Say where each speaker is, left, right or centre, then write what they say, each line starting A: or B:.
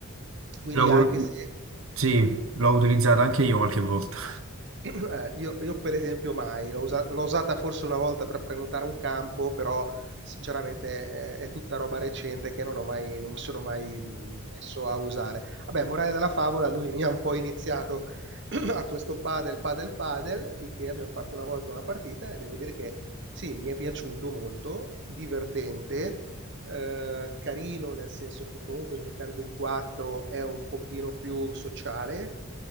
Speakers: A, on the right (about 55°); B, on the right (about 70°).
A: Quindi
B: L'ho-
A: anche se
B: Sì, l'ho utilizzato anche io qualche volta.
A: Eh, io, io per esempio mai, l'ho usa- l'ho usata forse una volta per prenotare un campo, però sinceramente eh, è, tutta roba recente che non ho mai, non mi sono mai mh, messo a usare. Vabbè, morale della favola, lui mi ha un po' iniziato <clears throat> a questo padel, padel, padel, finché abbiamo fatto una volta una partita e devo dire che sì, mi è piaciuto molto, divertente, eh, carino, nel senso che comunque giocando in quattro è un pochino più sociale